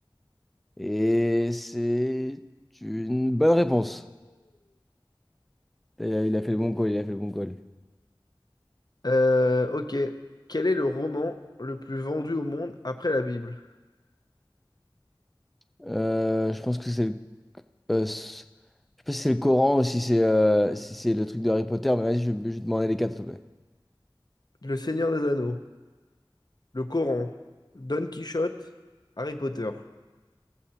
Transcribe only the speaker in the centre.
Et c'est une bonne réponse. Et Il a fait le bon call, il a fait le bon call.
Euh, je pense que c'est le... euh, c- je sais pas si c'est le Coran ou si c'est euh, si c'est le truc de Harry Potter, mais vas-y, je, je vais te demander les quatre, s'il te plaît.